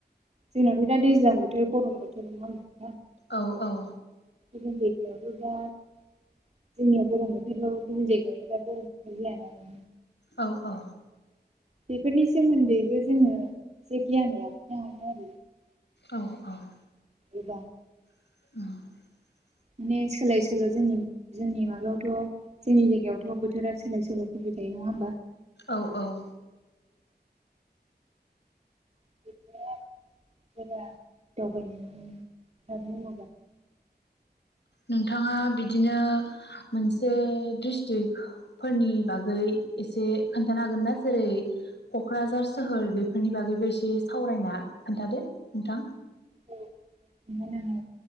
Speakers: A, on the right; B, on the left.
A: जोंनाथ' दा दैज्लां बोथोर गरम बोथोर नङा होनबा?
B: औ औ
A: ज गयावबा <unintelligible> जोंनियाव गरम बोथोरबाबो गुबुन जायगायाव दा गरम बोथोर जायाना।
B: औ औ
A: बेफोरनि सोमोन्दैबो जोङो एसे गियान लाखिनो हायो आरो
B: औ औ
A: एबा
B: <unintelligible>
A: माने सोलाय सोल' जोंनि जोंनि माबायावथ' जोंनि जायगायावथ' बोथोरा सोलाय सोल' फैबाय थायो नङा होमबा?
B: औ औ
A: <unintelligible> दावबायनायनि खोथा बुङोब्ला
B: नोंथाङा बिदिनो मोनसे डिस्ट्रिक फोरनि बागै एसे खोन्थानो हागोन ना जेरै क'क्राझार सोहोर बेफोरनि बागैबो एसे सावरायना खोन्थादो नोंथां।
A: औ खोनथानो हायो